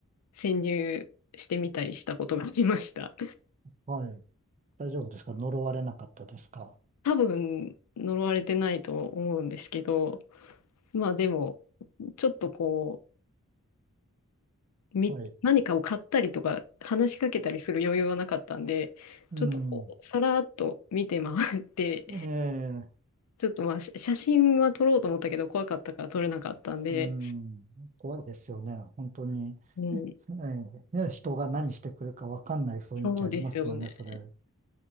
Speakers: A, on the left; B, on the right.
A: 潜入してみたりしたことがありました。
B: はい。大丈夫ですか呪われなかったですか
A: 多分呪われてないと思うんですけど、まあでもちょっとこう、み、
B: はい。
A: 何かを買ったりとか話しかけたりする余裕はなかったんで、
B: うん。
A: ちょっとこう、さらっと見て回って、
B: ええ、
A: ちょっとまあ、写写真は撮ろうと思ったけど怖かったから撮れなかったんで、
B: うん。怖いですよね。本当に。
A: うん、
B: ええ、いや人が何してくるかわかんない雰囲気ありますもんね、
A: そうですよね。
B: それ。